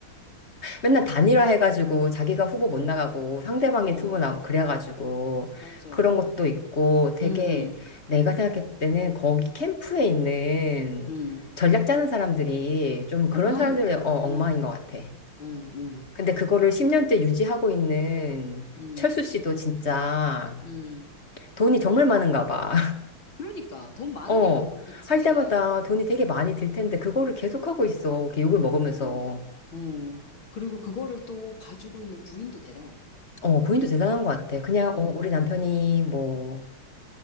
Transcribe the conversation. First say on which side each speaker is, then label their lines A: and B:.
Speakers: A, on the left; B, on the left.
A: 맨날 단일화 해가지고 자기가 후보 못 나가고 상대방이
B: 어,
A: 후보 나오고 그래가지고
B: 맞아.
A: 그런 것도 있고 되게
B: 응,
A: 내가 생각할 때는 거기 캠프에 있는
B: 응.
A: 전략 짜는 사람들이 좀 그런
B: 엉망인
A: 사람들의
B: 거야.
A: 어, 엉망인
B: 응,
A: 것 같아.
B: 응, 응,
A: 근데 그거를 10년째 유지하고 있는
B: 응,
A: 철수 씨도 진짜
B: 응.
A: 돈이 정말 많은가 봐.
B: 그러니까, 돈
A: <laughs>
B: 많으니까
A: 어,
B: 그렇겠지.
A: 할 때마다 돈이 되게 많이 들 텐데 그거를 계속하고 있어. 이렇게 욕을 먹으면서.
B: 응, 응. 그리고 그거를 또 봐주고 있는 부인도 대단하다.
A: 어, 본인도 대단한 것 같아. 그냥,
B: 어,
A: 어, 우리 남편이 뭐,